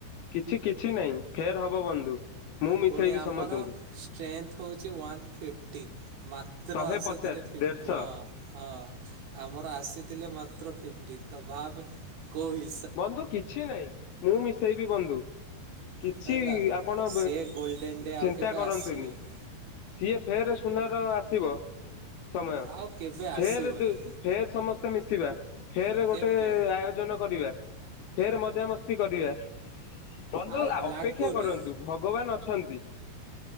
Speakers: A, on the left (about 75°); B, on the right (about 70°).
A: କିଛି କିଛି ନାହିଁ, ଫେର୍ ହବ ବନ୍ଧୁ। ମୁଁ ମିଶେଇବି
B: ଫୁଣି ଆମର
A: ସମସ୍ତଙ୍କୁ
B: ଷ୍ଟ୍ରେନ୍‌ଥ୍ ହଉଚି ୱାନ୍ ଫିଫ୍ଟି ତ୍ର
A: ଶହେ
B: ଆସିଥିଲେ
A: ପଚାଶ
B: ଫିପ୍ଟି
A: ଦେଢଶହ
B: ହଁ ହଁ। ଆମର ଆସିଥିଲେ ମାତ୍ର ଫିପ୍ଟି। ତ ଭାବେ କଉ ହି
A: ବନ୍ଧୁ କିଛି ନାହିଁ, ମୁଁ ମିଶେଇବି ବନ୍ଧୁ। କିଛି
B: ହେଲା
A: ଆପଣ
B: ସେ ଗୋଲ୍ଡେନରେ ଆଉ
A: ଚିନ୍ତା
B: କେବେ
A: କରନ୍ତୁନି।
B: ଆସିବନି।
A: ସିଏ ଫେରେ ସୁନାର ଆସିବ ସମୟ।
B: ଆଉ କେବେ
A: ଫେର୍
B: ଆସିବନି
A: ସମସ୍ତେ ମିଶିବା, ଫେରେ ଗୋଟେ
B: କେବେ
A: ଆୟୋଜନ କରିବା। ଫେରେ ମଜାମସ୍ତି କରିବା। ବନ୍ଧୁ
B: ଆଉ
A: ଅପେକ୍ଷା
B: ଲାଗୁନି।
A: କରନ୍ତୁ ଭଗବାନ୍‌ ଅଛନ୍ତି।